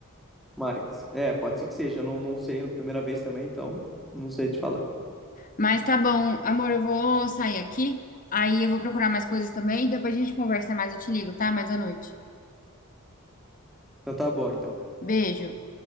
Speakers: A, in the centre; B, on the left.
A: Mas, é, pode ser que seja. Eu não, não sei na primeira vez também, então não sei te falar.
B: Mas tá bom, amor, eu vou sair aqui. Aí eu vou procurar mais coisas também. Depois a gente conversa mais, eu te ligo, tá? Mais à noite.
A: Então tá bom, então.
B: Beijo.